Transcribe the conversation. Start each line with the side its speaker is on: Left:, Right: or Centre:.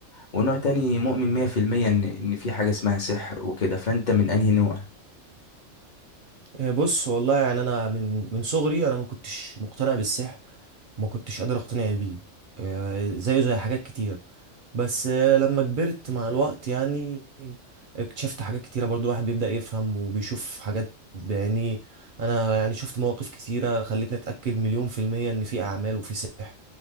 Left: ونوع تاني مؤمن 100% ان ان في حاجة اسمها سحر وكده فانت من انهي نوع
Right: إيه بص والله يعني انا من من صغري انا ما كنتش مقتنع بالسحر ما كنتش قادر اقتنع بيه إيه زيه زي حاجات كتير بس آه، لما كبرت مع الوقت يعني اكتشفت حاجات كتيرة برضو الواحد بيبدأ يفهم وبيشوف حاجات بعينيه انا يعني شفت مواقف كتيرة خلتني اتأكد مليون في المية ان في اعمال وفي سحر